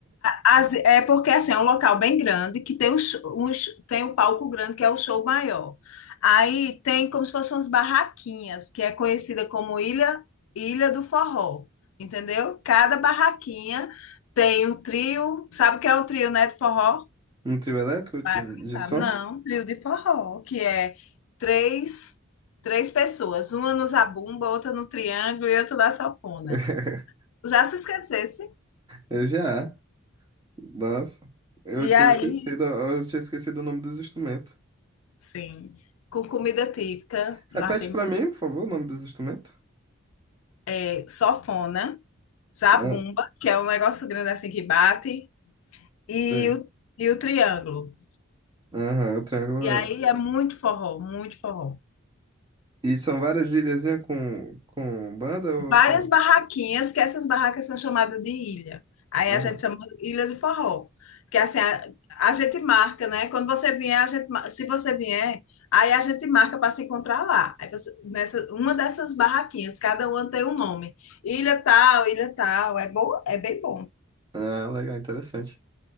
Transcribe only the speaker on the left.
As- é porque assim, é um local bem grande que tem um, show- um sh- tem um palco grande que é o show maior. Aí tem como se fossem umas barraquinhas, que é conhecida como Ilha, Ilha do Forró. Entendeu? Cada barraquinha tem um trio. Sabe o que é um trio, né, de forró?
Claro
que sabe.
Não, um trio de forró, que é três, três pessoas, uma no zabumba, outra no triângulo e outra na sanfona.
Já se esquecesse?
E
aí,
Sim. com comida típica,
lá tem
é, sofona, zabumba,
que é um negócio grande assim que bate, e
o, e o triângulo.
E aí
é muito forró, muito forró.
várias
barraquinhas, que essas barracas são chamadas de ilha. Aí
a gente chama ilha de forró. Que é assim, a, a gente marca, né? Quando você vier, a gente, ma- se você vier, aí a gente marca para se encontrar lá. Aí você- nessa, uma dessas barraquinhas, cada uma tem um nome. Ilha tal, ilha tal. É bom, é bem bom.